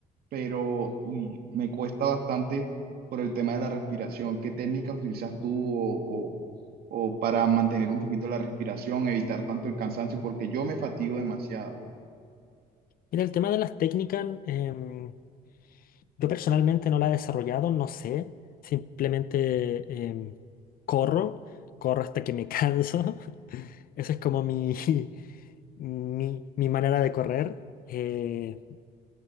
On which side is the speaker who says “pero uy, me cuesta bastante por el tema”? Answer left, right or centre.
Right